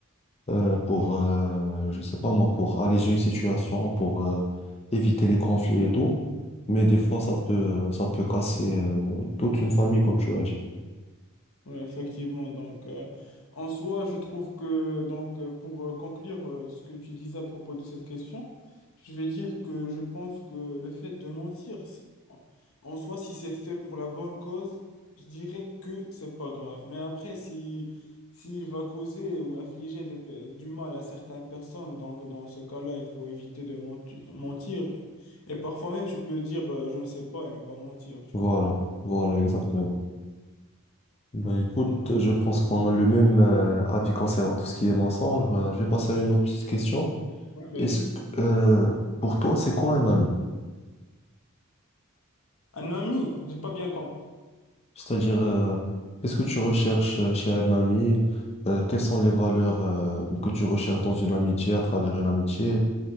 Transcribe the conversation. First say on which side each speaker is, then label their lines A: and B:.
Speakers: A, on the left; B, on the left.
A: euh, pour,
B: ouais.
A: euh, je sais pas moi, pour alléger une situation, pour euh, éviter les conflits et tout. Mais des fois, ça peut, ça peut casser euh, toute une famille, comme tu as dit.
B: Oui, effectivement. Donc, euh, en soi, je trouve que, donc, euh, pour euh, conclure euh, ce que tu disais à propos de cette question, je vais dire que je pense que le fait de mentir, c'est- en en soi, si c'est fait pour la bonne cause, je dirais que c'est pas grave. Mais après, si, s'il va causer ou infliger des pe- du mal à certaines personnes, donc, dans ce cas-là, il faut éviter de menti- mentir. Et parfois même, tu peux dire, euh, je ne sais pas et ne pas mentir, tu
A: Voilà,
B: vois.
A: voilà, exactement. Ben écoute,
B: Donc, euh,
A: je pense qu'on a le même euh, avis concernant tout ce qui est mensonge. Ben, je vais passer à une autre petite question.
B: ouais, vas-y.
A: Est-ce que, euh, pour toi, c'est quoi un ami?
B: Un ami, j'ai pas bien compris.
A: C'est-à-dire, euh, qu'est-ce que tu recherches euh, chez un ami? Euh, quelles sont les valeurs euh, que tu recherches dans une amitié, à travers une amitié?